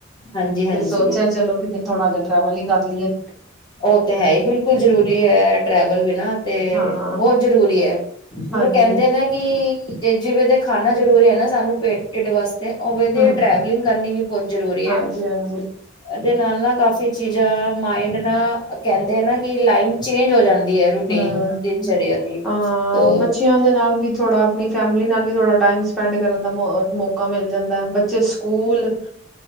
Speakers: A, on the left; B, in the centre.
A: ਹਾਂਜੀ ਹਾਂਜੀ
B: ਤੇ ਸੋਚਿਆ ਚਲੋ ਕਿਤੇ ਥੋੜਾ ਜਹਾ ਟਰੈਵਲ ਹੀ ਕਰ ਲਈਏ
A: ਉਹ ਤੇ ਹੈ ਹੀ ਬਿਲਕੁਲ ਜਰੂਰੀ ਹੈ ਟਰੈਵਲ ਬਿ ਨਾ ਤੇ
B: ਹਾਂ
A: ਬਹੁਤ ਜ਼ਰੂਰੀ ਹੈ ਮਤਲਬ
B: ਹਾਂਜੀ
A: ਕਹਿੰਦੇ ਨੇ ਕਿ ਜੇ ਜਿਵੇਂ ਤੇ ਖਾਣਾ ਜ਼ਰੂਰੀ ਹੈ ਨਾ ਸਾਨੂੰ ਢੇਡ ਵਾਸਤੇ ਉਹ ਵਧ
B: ਹਮ
A: ਟਰੈਵਲਿੰਗ ਕਰਨੀ ਵੀ ਬਹੁਤ ਜਰੂਰੀ
B: ਹਾਂਜੀ
A: ਹੈ
B: ਹਾਂਜੀ
A: ਦੇ ਨਾਲ ਨਾਲ ਕਾਫੀ ਚੀਜ਼ਾਂ ਮਾਇੰਡ ਕਹਿੰਦੇ <inaudible> ਨਾ ਕਿ ਲਾਈਨ ਚੇਂਜ ਹੋ ਜਾਂਦੀ ਹੈ ਰੂਟੀਨ
B: ਹਮ
A: ਦਿਨ ਚਰਿਆ ਦੀ
B: ਅਾਂ
A: ਤੋ
B: ਬੱਚਿਆਂ ਦੇ ਨਾਲ ਵੀ ਥੋੜਾ ਆਪਣੀ ਫੈਮਿਲੀ ਨਾਲ ਵੀ ਥੋੜਾ ਟਾਈਮ ਸਪੈਂਡ ਕਰਨ ਦਾ ਮੌਕਾ ਮਿਲ ਜਾਂਦਾ ਹੈ ਬੱਚੇ ਸਕੂਲ